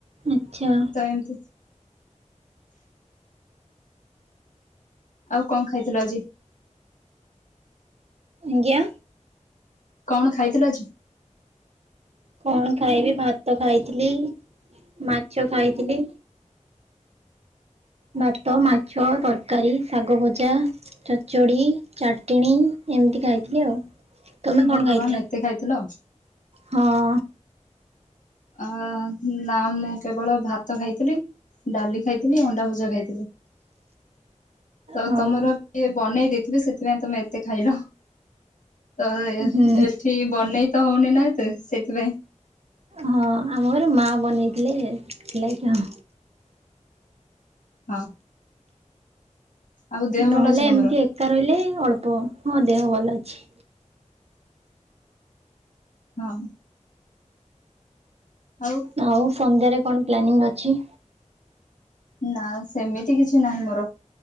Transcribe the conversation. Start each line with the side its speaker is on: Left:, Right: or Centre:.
Right: ଆଚ୍ଛା।
Left: ଏମିତ୍ ଆଉ କ ଖାଇଥିଲ ଆଜି?
Right: ଆଜ୍ଞା?
Left: କଣ ଖାଇଥିଲ ଆଜି?
Right: କଣ ଖାଇବି ଭାତ ଖାଇଥିଲି ମାଛ ଖାଇଥିଲି। ଭାତ ମାଛ ତର ତରକାରୀ ଶାଗ ଭଜା ଚଚଡ଼ି ଚାଟଣୀ ଏମିତି ଖାଇଥିଲି ଆଉ। ତମେ କଣ
Left: ଭଗବାନ
Right: ଖାଇଥିଲ?
Left: ଏତେ ଖାଇଥିଲ।
Right: ହଁ।
Left: ଅ ନା ମୁଁ କେବଳ ଭାତ ଖାଇଥିଲି। ଡାଲି ଖାଇଥିଲି ଅଣ୍ଡା ଭଜା ଖାଇଥିଲି। ତ
Right: ହଉ
Left: ତମର କିଏ ବନେଇ ଦେଇଥିବେ ସେଥିପାଇଁ ତମେ ଏତେ ଖାଇଲ। ତ
Right: ହୁଁ
Left: ଏଠି ବନେଇ ତ ହଉନି ନା ଏତେ ସେଥିପାଇଁ।
Right: ହଁ ଆମ ଘର ମା ବନେଇଥିଲେ ଥିଲାଁକି ଆଉ।
Left: ହଁ। ଆଉ ଦେହ
Right: ନହେଲେ
Left: ଭଲ ଅଛି ତମର
Right: ଏମିତି ଏକା ରହିଲେ ହିଁ ଅଳ୍ପ ହଁ ଦେହ ଭଲ ଅଛି।
Left: ହଁ। ଆଉ
Right: ଆଉ ସନ୍ଧ୍ୟାରେ କଣ ପ୍ଲାନିଂ ଅଛି?
Left: ନା ସେମିତି କିଛି ନାହିଁ ମୋର।